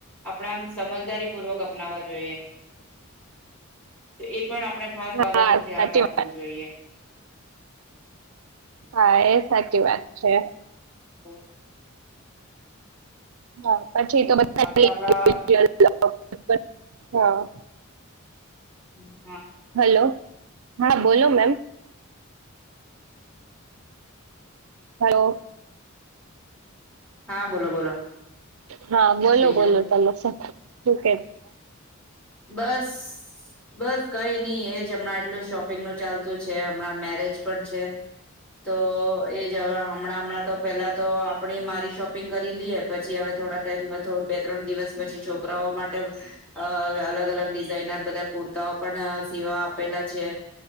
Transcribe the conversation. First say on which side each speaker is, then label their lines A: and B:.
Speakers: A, in the centre; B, on the right (about 80°).
A: આપણા આમ સમજદારી પૂર્વક અપનાવા જોઈએ તો એ પણ આપણે ખાસ બાબતનું
B: હા
A: ધ્યાન
B: સાચી
A: રાખવું
B: વાત
A: જોઈએ
B: હા એ સાચી વાત છે
A: હ
B: <inaudible> પછી તો <inaudible>
A: આપણે આપણા
B: <inaudible> હા
A: હમ
B: હલો હા બોલો મેમ હલો
A: હા બોલો બોલો
B: હા બોલો
A: બીજું
B: બોલો <inaudible> <inaudible>
A: બસ બસ કઈ નહી એજ હમણાં એટલું શોપિંગ નું ચાલતું છે હમણાં મેરેજ પણ છે તો એજ અવે હમણાં હમણાં તો પેલા તો આપણી મારી શોપિંગ કરી લઈએ પછી હવે થોડા ટાઈમ <unintelligible> બે ત્રણ દિવસ પછી છોકરાઓ માટે અ અલગ અલગ ડિઝાઇનર બધા કુર્તાઓ પણ સિવવા આપેલા છે